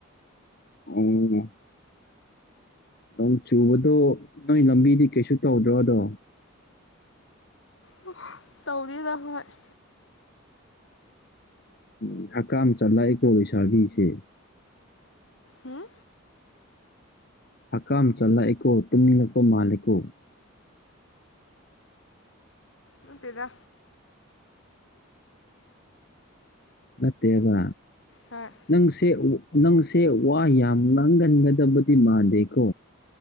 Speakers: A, on the left (about 50°); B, on the left (about 65°).
A: ꯎꯝ ꯅꯣꯡ ꯆꯨꯕꯗꯣ ꯅꯣꯏ ꯂꯝꯕꯤꯗꯤ ꯀꯩꯁꯨ ꯇꯧꯗ꯭ꯔꯣꯗꯣ
B: ꯇꯧ ꯇꯧꯗꯔꯤꯗꯥ ꯑꯩꯈꯣꯢꯔ ꯑꯩꯈꯣꯢ
A: ꯎ ꯑꯀꯥꯝ ꯆꯟꯂꯛꯑꯦꯀꯣ ꯂꯩꯁꯥꯕꯤꯁꯦ
B: ꯎꯝ
A: ꯍꯀꯥꯝ ꯆꯠꯂꯛꯑꯦꯀꯣ ꯇꯨꯝꯅꯤꯡꯂꯛꯄ ꯃꯥꯜꯂꯦꯀꯣ
B: ꯅꯠꯇꯦꯗ
A: ꯅꯠꯇꯦꯕ
B: ꯍꯥꯥ
A: ꯅꯪꯁꯦ ꯅꯪꯁꯦ ꯋꯥ ꯌꯥꯝ ꯉꯥꯡꯒꯟꯒꯗꯕꯗꯤ ꯃꯥꯟꯗꯦꯀꯣ